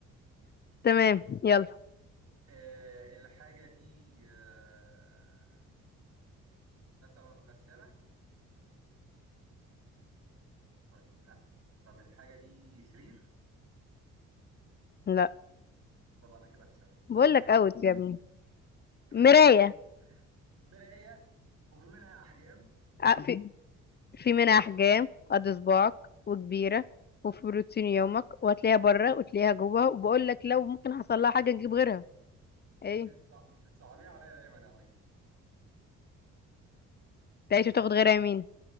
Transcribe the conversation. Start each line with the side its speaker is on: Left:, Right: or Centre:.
Left: تمام يلا
Right: آه، الحاجة دي آه، مثلا غسالة طيب لا طب الحاجة دي سرير
Left: لا
Right: طب انا كده خسرت
Left: بقول
Right: <laughs>
Left: لك اوت يا ابني مراية
Right: طب ايه بقى مراية وفي منها احجام
Left: اه، في في منها أحجام قد صباعك وكبيرة وفي بروتين يومك وهتلاقيها بره وتلاقيها جوه وبقول لك لو ممكن حصل لها حاجة نجيب غيرها ايه
Right: انت بتصع- بتصعبيها عليا دايما يا هايدي
Left: تعيش وتاخد غيرها يمين